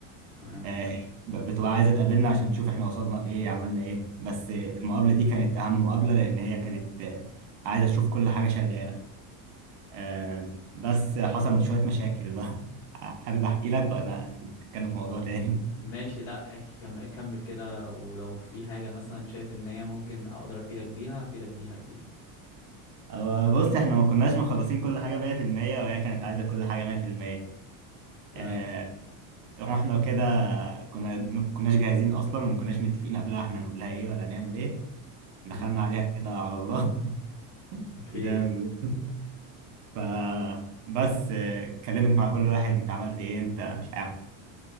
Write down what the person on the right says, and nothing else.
آه، ب- بتبقى عايزة تقابلنا عشان تشوف احنا وصلنا لايه عملنا ايه بس المقابلة دي كانت اهم مقابلة لان هي كانت آه، عايزة تشوف كل حاجة شغالة آه، بس حصل شوية مشاكل بقى <laughs> حابب أحكي لك ولا نتكلم في موضوع تاني
<laughs> آه، بص إحنا ما كناش مخلصين كل حاجة 100% وهي كانت عايزة كل حاجة 100%
آه، رحنا كده كنا ما كناش جاهزين أصلا وما كناش متفقين قبلها إحنا هنقول لها إيه ولا هنعمل إيه
دخلنا عليها كده على الله <laughs>
زي ما بيقولوا فبس آه، اتكلمت مع كل واحد أنت عملت إيه أنت مش عارف